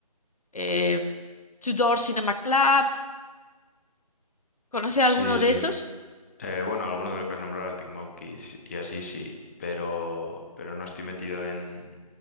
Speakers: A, on the left; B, on the left.
A: em, Two Door Cinema Club. ¿Conoce alguno
B: Sí,
A: de
B: sí.
A: esos?
B: Eh, bueno, alguno de los que has nombrado, Arctic Monkeys y así sí, pero, pero no estoy metido en